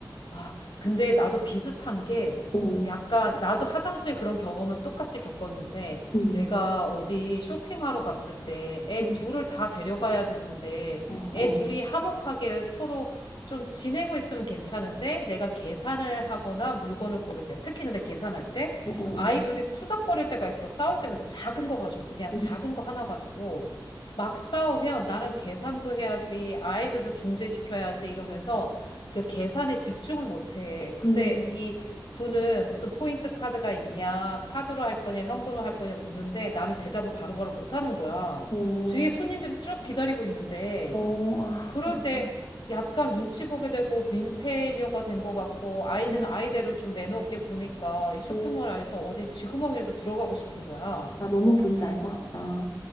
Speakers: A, on the left; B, on the left.
A: 아, 근데 나도 비슷한 게
B: 어,
A: 약간 나도 화장실 그런 경험은 똑같이 겪었는데
B: 음,
A: 내가 어디 쇼핑하러 갔을 때 애
B: 음,
A: 둘을 다 데려가야 됐는데
B: 어, 어,
A: 애 둘이 화목하게 서로 좀 지내고 있으면 괜찮은데 내가 계산을 하거나 물건을 고를 때 특히 근데 계산할 때
B: 어, 어,
A: 아이
B: 어,
A: 둘이 투닥거릴 때가 있어 싸울 때 그래서 작은 거 가지고 그냥
B: 음,
A: 작은 거 하나 가지고 막 싸우면 나는 계산도 해야지 아이들도 중재시켜야지 이러면서 그 계산에 집중을 못해. 근데
B: 음,
A: 이 분은 무슨 포인트 카드가 있냐, 카드로 할 거냐, 현금으로 할 거냐 묻는데 나는 대답을 바로바로 못하는 거야.
B: 어,
A: 뒤에 손님들이 쭉 기다리고 있는데
B: 어, 아,
A: 그럴
B: 맞아.
A: 때 약간 눈치 보게 되고 민폐녀가 된 것 같고 아이들은
B: 음,
A: 아이대로 좀 매너 없게 구니까 이 쇼핑몰
B: 음.
A: 안에서 어디 쥐구멍이라도 들어가고 싶은 거야.
B: 나 너무 뭔지 알 것 같다.